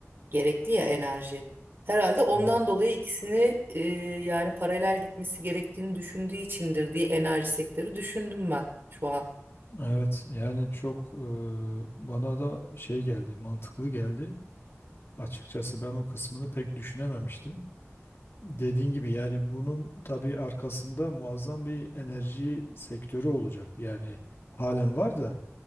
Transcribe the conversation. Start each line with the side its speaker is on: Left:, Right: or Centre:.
Right: gerekli ya enerji. Herhalde ondan
Left: Evet.
Right: dolayı ikisini e, yani paralel gitmesi gerektiğini düşündüğü içindir diye enerji sektörü düşündüm ben şu an.
Left: Evet yani çok e, bana da şey geldi mantıklı geldi. Açıkçası ben o kısmını pek düşünememiştim. Dediğin gibi yani bunun tabii arkasında muazzam bir enerji sektörü olacak. Yani halen var da